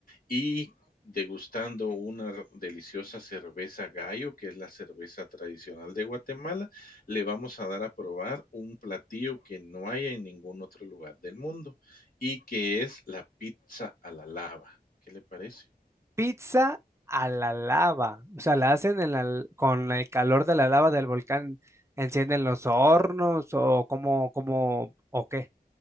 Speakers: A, on the left; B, on the right.
A: y degustando una deliciosa cerveza gallo, que es la cerveza tradicional de Guatemala, le vamos a dar a probar un platillo que no hay en ningún otro lugar del mundo y que es la pizza a la lava. ¿Qué le parece?
B: Pizza a la lava, o sea, la hacen en la- con el calor de la lava del volcán, encienden los hornos o como, como, o qué.